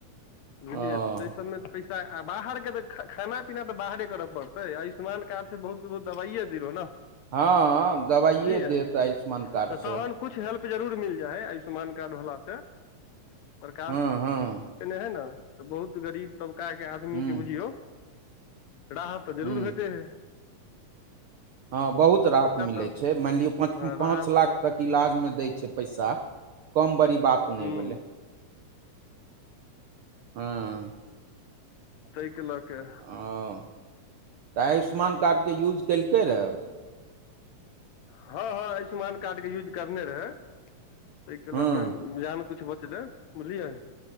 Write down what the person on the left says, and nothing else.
बुझलियै
त तऽ सबमे पै त बाहर के त खा खाना पीना तऽ बाहरे करऽ पड़तै आयुष्मान कार्ड से बहुत त दबाइए बीरो न,
बुझलियै।
तऽ
तहन कुछ हेल्प जरूर मिल जाइय, आयुष्मान कार्ड भेलासँ सरकार
देने हइ ने तऽ बहुत गरीब तबकाके आदमी
के बुझियौ राहत तऽ जरूर
भेटे हय
तऽ
हँ
राहत
बहुत
हूँ
तई क लके
हँ, हँ, आयुष्मान कार्डके यूज करने रहै तइके
लऽ कऽ जान कुछ बचले, बुझलियै